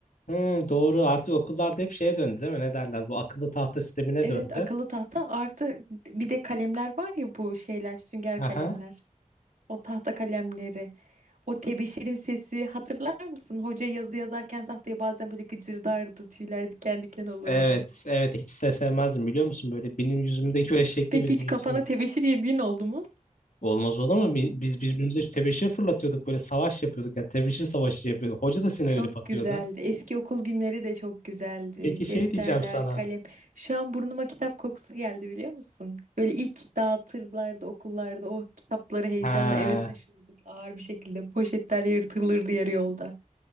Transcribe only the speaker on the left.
Hmm, doğru. Artık okullarda hep şeye döndü değil mi? Ne derler? Bu akıllı tahta sistemine
döndü.
Aha.
Evet, evet. Hiç de sevmezdim biliyor musun? Böyle benim yüzümdeki böyle şekli
bir
değişim.
Olmaz olur mu? Bi- Biz birbirimize tebeşir fırlatıyorduk. Böyle savaş yapıyorduk. Yani tebeşir savaşı yapıyorduk. Hoca da sinirlenip
atıyordu.
Peki şey
diyeceğim sana.
Ha.